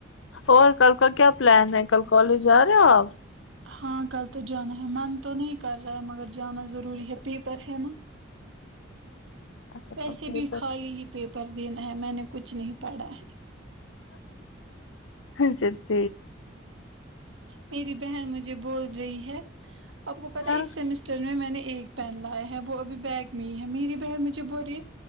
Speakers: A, on the left; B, on the right.
A: اور کل کا کیا پلان ہے کل کالج جا رہے ہو آپ
B: ہاں کل تو جانا ہے من تو نہیں کر رہا ہے مگر جانا ضروری ہے پیپر ہے نا
A: اچھا
B: ویسے
A: کل پیپر
B: بھی خالی ہی پیپر دینا ہے میں نے کچھ نہیں پڑا ہے
A: س ت
B: میری بہن مجھے بول رہی ہے آپ کو پتا
A: ہاں
B: اس سیمسٹر میں نے ایک پین لایا ہے وہ ابھی بیگ میں ہی ہے میری بہن مجھے بول رہی